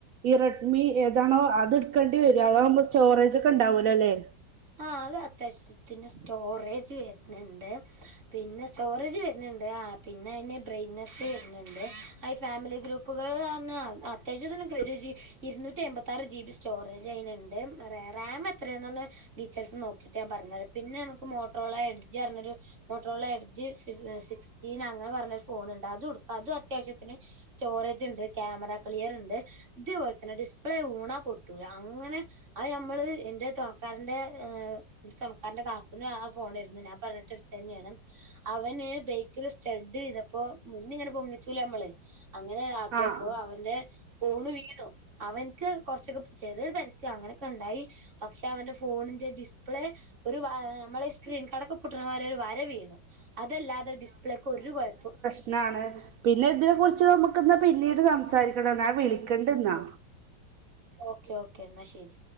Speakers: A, on the right; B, on the right.
A: ഈ റെഡ്മി ഏതാണോ അതെ ടുക്കേണ്ടി വരും അതാകുമ്പോ സ്റ്റോറേജ് ഒക്കെ ഉണ്ടാവൂലോ അല്ലേ
B: ആ അത് അത്യാവശ്യത്തിന് സ്റ്റോറേജ് വരുന്നുണ്ട് പിന്നെ സ്റ്റോറേജ് വര്ന്നുണ്ട് പിന്നെ അതിന്റെ ബ്രെയ്‌നെസ്സ് വര്ന്നുണ്ട് അയ് ഫാമിലി ഗ്രൂപ്പ് പ്പുകൾ പറഞ്ഞാ അത്യാവശ്യത്തിനൊക്കെ ഒരു ജിബി ഇരുന്നൂറ്റി അമ്പത്തി ആറ് ജി ബി സ്റ്റോറേജ് അയിന്ണ്ട് റാം എത്രയാെന്ന് ഡീറ്റെയിൽസ് നോക്കിയിട്ട് ഞാൻ പറഞ്ഞരാ പിന്നെ നമുക്ക് മോട്ടോർലഎഡ്ജ് എന്നൊരു മോട്ട്രോലാ എഡ്ജ് സിക്സ്റ്റീൻ അങ്ങനെ പറഞ്ഞൊരു ഫോണുണ്ട് അത് എടു ക്കാ അതും അത്യാവശ്യത്തിന് സ്റ്റോറേജ് ഇണ്ട് ക്യാമറ ക്ലിയർ ഇണ്ട് ഇതേപോലെ തന്നെ ഡിസ്പ്ലേ വൂണാ പൊട്ടൂല അങ്ങനെ അത് നമ്മള് എന്റെ തൊണക്കാര എന്റെ എ തുണക്കാരൻന്റെ കാക്കുന് ആ ഫോണായിരുന്നു ഞാൻ പറഞ്ഞിട്ട് എടുത്ത് തന്നെയാണ് അവന് ബൈക്കില് സ്റ്റെഡ് ചെയ്തപ്പോ മുന്ന് ഇങ്ങനെ പൊങ്ങിച്ചൂലേ നമ്മള് അങ്ങനെ ആക്കിയപ്പോ
A: ആഹ്
B: അവന്റെ ഫോണ് വീണു അവൻക്ക് കുറച്ചൊക്കെ ചെറിയൊരു പരിക്ക്‌ അങ്ങനെയൊക്കെ ഉണ്ടായി പക്ഷെ അവന്റെ ഫോണിന്റെ ഡിസ്പ്ലേ ഒരു നമ്മളെ സ്ക്രീൻ കാടൊക്കെ പൊട്ടണമാതിരി ഒരു വര വീണു അതല്ലാതെ ഡിസ്പ്ലേക്ക് ഒരു കൊഴപ്പം
A: ന്നാണ് പിന്നെ ഇതിനെ കുറിച്ച് നമുക്ക്ന്നാ പിന്നീട് സംസാരിക്കണംന്നാ വിളിക്കണ്ട് ന്നാ
B: ഓക്കേ ഓക്കേ എന്നാ ശരി